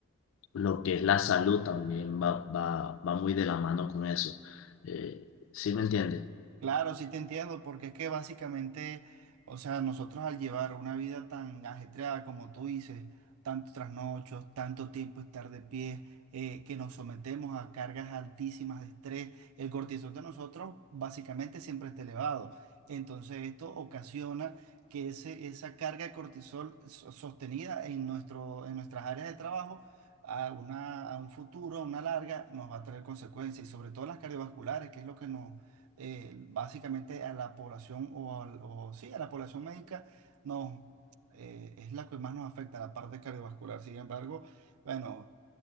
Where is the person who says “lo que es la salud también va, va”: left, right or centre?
Left